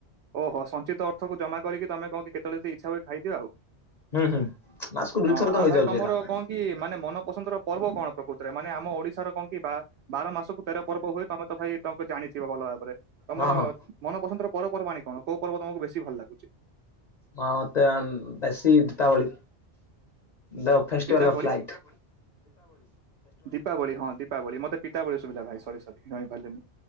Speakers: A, on the right (about 75°); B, on the left (about 40°).
A: ଓହୋ ସଞ୍ଚିତ ଅର୍ଥକୁ ଜମା କରିକି ତମେ କଣ କି କେତେବେଳେ ଯଦି ଇଚ୍ଛା ହୁଏ ଖାଇଦିଅ ଆଉ।
B: ହୁଁ ହୁଁ ମାସକୁ ଦୁଇଥର
A: ହଁ ଆଉ
B: ତ ହେଇଯାଉଛି
A: ଭାଇ ତମର
B: ଏରା।
A: କଣ କି ମାନେ ମନ ପସନ୍ଦ ର ପର୍ବ କଣ ପ୍ରକୃତରେ ମାନେ ଆମ ଓଡିଶାର କଣ କି ବା ବାର ମାସକୁ ତେର ପର୍ବ ହୁଏ ତମେ ତ ଭାଇ ତମ ଜାଣିଥିବ ଭଲ ଭାବରେ। ତମର
B: ହଁ ହଁ
A: ମନ ପସନ୍ଦର ପର୍ବପର୍ବାଣି କଣ କୋଉ ପର୍ବ ତମକୁ ବେଶୀ ଭଲ ଲାଗୁଛି?
B: ହଁ ମତେ ବେଶୀ ଦୀପାବଳି ଦ ଫେଷ୍ଟିଭାଲ
A: ପିତାବଳି
B: ଅଫ ଲାଇଟ।
A: ଦୀପାବଳି ହଁ ଦୀପାବଳି ମତେ ପିତାବଳି ସୁବିଲା ଭାଇ ସରି ସରି ଜାଣି ପାରିଲିନି।